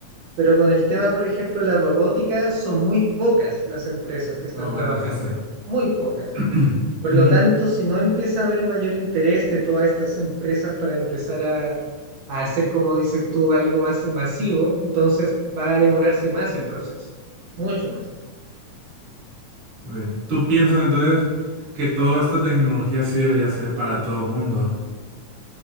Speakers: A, on the right; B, on the right.
A: Pero con el tema, por ejemplo, de la robótica, son muy pocas las empresas que están
B: Ah, bueno,
A: trabajándolo,
B: eso sí.
A: muy pocas.
B: <clears throat>
A: Por lo
B: Ujú.
A: tanto, si no empieza a haber mayor interés de todas estas empresas para empezar a, a hacer, como dices tú, algo más masivo, entonces va a demorarse más el proceso, mucho más.
B: Bien, ¿tú piensas entonces que toda esta tecnología sí debería ser para todo el mundo?